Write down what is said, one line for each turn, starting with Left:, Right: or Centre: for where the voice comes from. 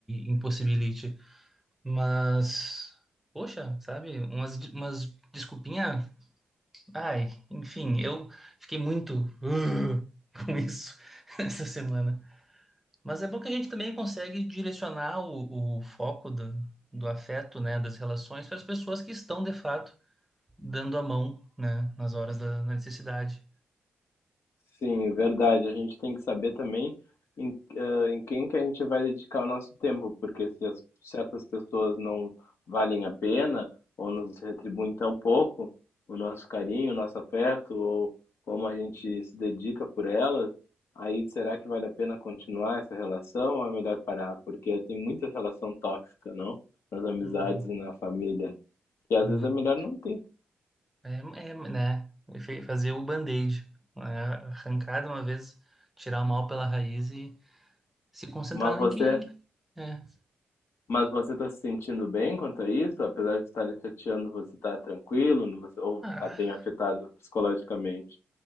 Centre: impossibilite, mas, poxa, sabe, umas, umas desculpinhas Ai, enfim, eu fiquei muito "Ugh", com isso <laughs> essa semana. Mas é bom que a gente também consegue direcionar o, o foco do, do afeto, né, das relações para as pessoas que estão, de fato, dando a mão, né, nas horas da da necessidade.
Left: Sim, é verdade. A gente tem que saber também em, eh, em quem que a gente vai dedicar o nosso tempo, porque se as, certas pessoas não valem a pena ou nos retribuem tão pouco o nosso carinho, o nosso afeto ou como a gente se dedica por elas, aí será que vale a pena continuar essa relação ou é melhor parar? Porque tem muita relação tóxica, não? Nas amizades
Centre: Hum,
Left: e na família, que às
Centre: hum.
Left: vezes é melhor não ter.
Centre: é, é, né, é fe- fazer o band-aid, né, arrancar de uma vez, tirar o mal pela raiz e se concentrar
Left: Mas você
Centre: em quem. É.
Left: Mas você está se sentindo bem quanto a isso? Apesar de estar lhe chateando, você está tranquilo? Não- Você, ou
Centre: Ah.
Left: está bem afetado psicologicamente?